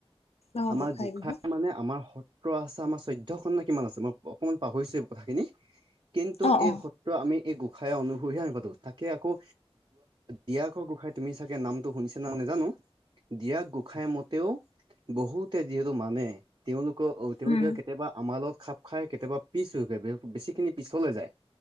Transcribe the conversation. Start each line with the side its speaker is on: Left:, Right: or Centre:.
Left: অ
Right: আমাৰ
Left: গোঁসাই
Right: গোসাঁই
Left: বিহু
Right: মানে আমাৰ সত্ৰ আছে আমাৰ চৈধ্য খন নে কিমান আছে মই অকমান পাহৰিছো এই কথাখিনি। কিন্তু
Left: অ
Right: এই
Left: অ
Right: সত্ৰ আমি এই গোঁসাই অনুসৰিহে আমি পাতো। তাকে আকৌ দিৰাকৰ গোঁসাই তুমি চাগে নামটো শুনিছা নে নাই নাজানো। ডিৰাক গোসাই মতেও বহুতে যিহেতু মানে। তেওঁলোকক অহ, তেওঁলোকে
Left: উম
Right: কেতিয়াবা আমাৰ লগত খাপ। খাই কেতিয়াবা পিছ হৈ বেছিখিনি পিছলে যায়।